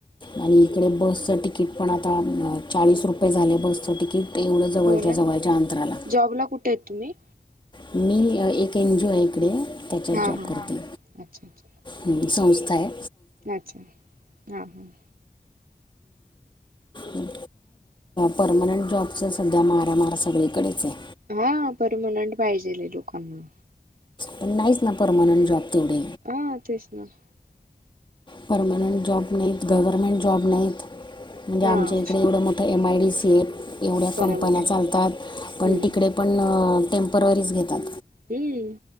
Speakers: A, on the left; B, on the right.
A: आणि इकडे बसचं तिकीट पण आता चाळीस रुपये झाल बसचं तिकीट. एवढं जवळच्या,
B: हो ना
A: जवळच्या अंतराला.
B: जॉबला कुठे आहेत तुम्ही?
A: मी एक एनजीओ आहे इकडे, त्याच्यात
B: हा
A: जॉब
B: हा
A: करते.
B: हा अच्छा अच्छा
A: म्हणजे संस्था हाय.
B: अच्छा, नाही.
A: मी परमनंट जॉबच सध्या मारामार सगळीकडेच हाय.
B: हा परमनंट पाहिजेल हेल लोकांना.
A: पण नाहीच ना परमनंट जॉब तेवढ.
B: हा तेच ना.
A: परमनंट जॉब नाहीत, गव्हर्मेंट जॉब नाहीत, म्हणजे
B: हा
A: आमच्या इकडे एवढं मग एम आय डी सी एवढ्या
B: बरोबर
A: कंपन्या
B: आहे.
A: चालतात. पण
B: हम्म
A: तिकडे पण, टेम्पररीच घेतात.
B: हम्म.